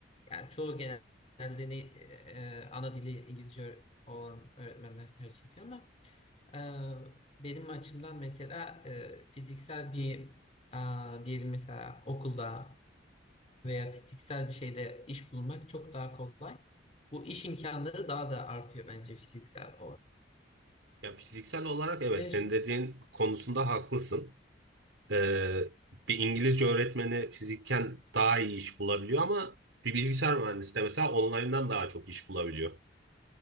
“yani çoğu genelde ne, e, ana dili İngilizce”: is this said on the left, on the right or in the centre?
Left